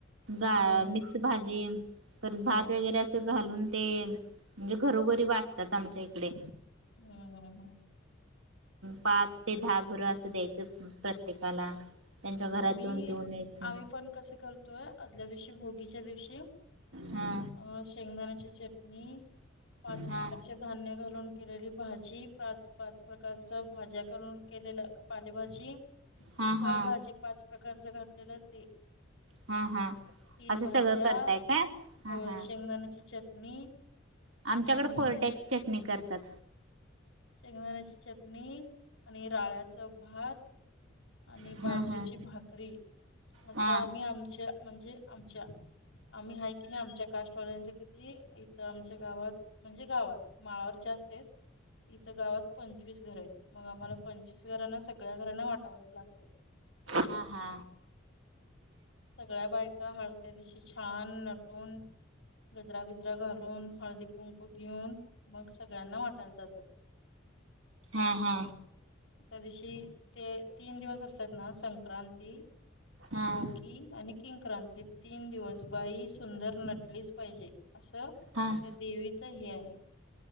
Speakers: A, on the right; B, on the left.
A: गा
B: हम्म हम्म
A: मिक्स भाजी पर
B: हम्म
A: भात वगैरे असं घालून ते म्हणजे घरोघरी वाटतात आमच्या इकडे
B: हम्म हम् हम्म
A: पाच ते दहा घरं असं द्यायचं प्रत्येकाला त्यांच्या घरात
B: आ मी
A: जाऊन देऊन यायचं
B: आम्ही पण कस करतोय आदल्या दिवशी भोगीच्या दिवशी
A: हा
B: अ शेंगदाण्याची च नी पाच प्रकारचे
A: हा
B: धान्य घालून केलेली भाजी पाच पाच प्रकारचं भाज्या करून केलेलं पालेभाजी
A: हा
B: फळभाजी
A: हा
B: पाच प्रकारचं घातलेलं ते
A: हा हा
B: तीन
A: असं
B: भाज्या
A: सगळं करताय काय हा
B: होय
A: हा
B: शेंगदाण्याची चटणी
A: आमच्याकडं
B: आणि
A: कोरट्याची चटणी करतात.
B: शेंगदाण्याची चटणी आणि राळ्याचं भात आणि
A: हा
B: बाजरीची
A: हा
B: भाकरी असं
A: हा
B: आम्ही आमच्या म्हणजे आमच्या आम्ही आहे की नाही आमच्या कास्टवाल्यांच किती इथं आमच्या गावात म्हणजे गावात माळावर जास्त हेत. इथं गावात पंचवीस घर आहेत मग आम्हाला पंचवीस घरांना सगळ्या घरांना वाटावच लागतं
A: हा हा
B: सगळ्या बायका हळत्या दिवशी छान नटून गजरा बिजरा घालून हळदी कुंकू घेऊन मग सगळ्यांना वाटायला जातात.
A: हं हा
B: त्या दिवशी ते तीन दिवस असतात ना संक्रांती
A: हा
B: भोगी आणि किंक्रांत हे तीन दिवस बाई सुंदर नटलीचं पाहिजे असं
A: हां
B: त्या देवीचं हे आहे